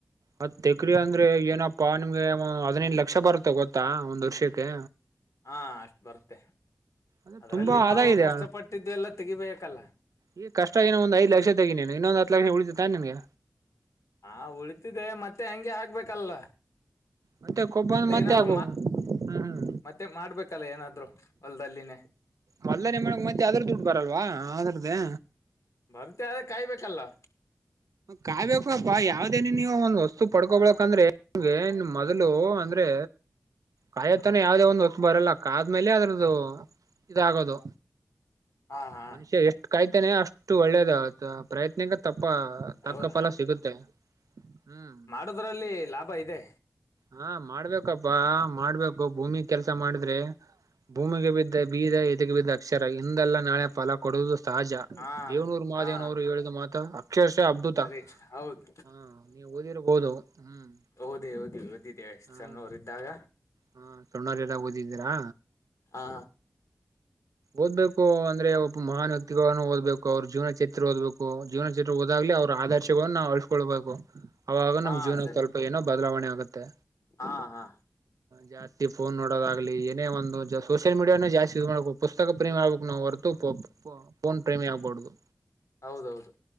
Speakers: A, on the right; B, on the left.
A: ಹತ್ ಎಕ್ರೆ ಅಂದ್ರೆ ಏನಪ್ಪಾ ನಿಮ್ಗೆ ಹದಿನೈದು ಲಕ್ಷ ಬರುತ್ತೆ ಗೊತ್ತಾ ಒಂದ್ ವರ್ಷಕ್ಕೆ.
B: ಹಾ, ಅಷ್ಟು ಬರ್ತ್ತೆ
A: ಅ
B: ಅದರಲ್ಲಿ
A: ತುಂಬಾ
B: ನಾವು
A: ಆದಾಯ ಇದೆ
B: ಕಷ್ಟಪಟ್ಟಿದ್ದು ಎಲ್ಲ ತೆಗಿಬೇಕಲ್ಲಾ.
A: ಈ ಕಷ್ಟ ಏನೋ ಒಂದ ಐದು ಲಕ್ಷ ತೆಗಿ ನೀನು ಇನ್ನೊಂದು ಹತ್ತು ಲಕ್ಷ ಉಳಿತಾನೆ ನಿನ್ಗೆ.
B: ಹಾ ಉಳಿತಿದೆೆ ಮತ್ತೆ ಹಂಗೆ ಆಗ್ಬೇಕಲ್ಲ.
A: ಮತ್ತೆ ಕೊಬ್ಬ
B: ಮತ್ತೆ ಏನಾದ್ರು
A: ಹಾಕು ಹ್ಮ್ ಹ್ಮ್
B: ಮತ್ತೆ ಮಾಡ್ಬೇಕಲ್ಲ ಏನಾದ್ರು ಹೊಲ್ದಲ್ಲಿನೇ.
A: ಮೊದನೆೇ ಮಾಡಕ್ ಮತ್ತೆ ಅದ್ರದ ದುಡ್ಡು ಬರಲ್ವ ಅದ್ರದ್ದೇ.
B: ಬರ್ತೆ ಆದ್ರೆ ಕಾಯ್ಬೇಕಲ್ಲಾ
A: ಕಾಯಬೇಕಪ್ಪಾ ಯಾವ್ದೇನ ನೀವು ಒಂದ್ ವಸ್ತು ಪಡ್ಕೊಬಕ್ಂದ್ರೆನೆಮೊದಲು ಅಂದ್ರೆ ಕಾಯತನ ಯಾವುದೇ ಒಂದು ವಸ್ತು ಬರಲ್ಲ. ಕಾದ್ಮೇಲೆ ಅದ್ರದ್ದು- ಇದಾಗದು.
B: ಹಾ ಹಾ
A: ಮನುಷ್ಯ ಎಷ್ಟು ಕಾಯ್ತಾನೆ ಅಷ್ಟು ಒಳ್ಳೇದ ಪ್ರಯತ್ನಕ ತಪ್ಪಾ ತಕ್ಕ
B: ಹೌದು
A: ಫಲ ಸಿಗುತ್ತೆ. ಹ್ಮ್
B: <unintelligible> ್ರಲ್ಲಿ ಲಾಭ ಇದೆ
A: ಹಾ, ಮಾಡ್ಬೇಕಪ್ಪಾ ಮಾಡ್ಬೇಕು ಭೂಮಿ ಕೆಲ್ಸ ಮಾಡಿದ್ರೆ 'ಭೂಮಿಗೆ ಬಿದ್ದ ಬೀಜ ಎದೆಗೆ ಬಿದ್ದ ಅಕ್ಷರ' ಇಂದಲ್ಲಾ ನಾಳೆ ಫಲ ಕೊಡುವುದು ಸಹಜ.
B: ಹಾ
A: ದೇವ್ನೂರು ಮಾಹದೇವನವ್ರು
B: ಹಾ
A: ಹೇಳಿದ ಮಾತ ಅಕ್ಷರಶಅದ್ದುತ
B: ಸರಿ ಹೌದು
A: ಹಾ ನೀವು ಓದಿರಬಹುದು. ಹ್ಮ್,
B: ಹೌದೇ ಹೌದ ಓದಿದ್ದೇ
A: ಹಾ
B: ಸಣ್ಣೋರು ಇದ್ದಾಗ.
A: ಹಾ ಸಣ್ಣವರೆಲ್ಲ ಓದಿದ್ದೀರಾ
B: ಹಾ,
A: ಓದ್ಬೇಕು ಅಂದ್ರೆ ಒಬ್ಬ ಮಹಾನವ್ಯಕ್ತಿಗಳಗಳನ್ನ ಓದಬೇಕು ಅವ್ರ ಜೀವನ ಚರಿತ್ರೆ ಓದ್ಬೇಕು. ಜೀವನಚರಿತ್ರೆ ಓದಾಗ್ಲೆ ಅವ್ರ ಆದರ್ಶಗಳನ್ನು ನಾವು ಅರಿತುಕೊಳ್ಬೇಕು. ಅವಾಗ
B: ಹಾ
A: ನಮ್ ಜೀವನ
B: ಸರಿ
A: ಸ್ವಲ್ಪ ಏನೋ ಬದಲಾವಣೆ ಆಗತ್ತೆ.
B: ಹಾ, ಹಾ
A: ಜಾಸ್ತಿ ಫೋನ್ ನೋಗದಾಗ್ಲಿ ಏನ ಒಂದು ಸೋಶಿಯಲ್ ಮೀಡಿಯಾನೆ ಜಾಸ್ತಿ ಯೂಸ್ ಮಾಡಕೋ ಪಸ್ತಕ ಪ್ರೇಮಿ ಆಗಬೇಕು ಹೊರತು ಇ ಫೋನ್ ಪ್ರೇಮಿ ಆಗಬಾಡದು.
B: ಹೌದೌದು,